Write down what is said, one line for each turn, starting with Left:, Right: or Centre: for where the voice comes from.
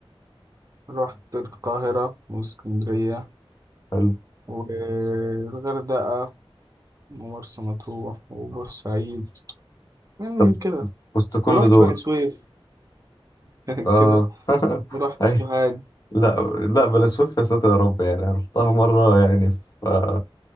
Right: رحت القاهرة واسكندرية
Left: حلو
Right: والغردقة ومرسى مطروح وبورسعيد يعني
Left: طب
Right: كده
Left: وسط كل
Right: ورحت
Left: دول
Right: بني سويف يعني
Left: آه
Right: <laughs> كده
Left: <laughs>
Right: ورحت
Left: أي
Right: سوهاج
Left: لا لا بلا سويف يا ساتر يا رب يعني رحتها مرة يعني في آه،